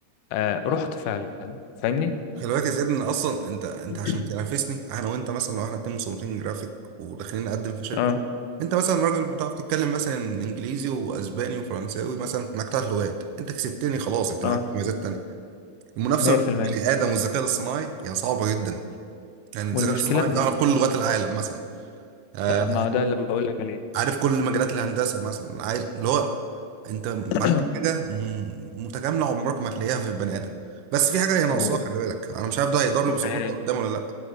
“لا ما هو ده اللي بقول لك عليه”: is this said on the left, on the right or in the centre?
Left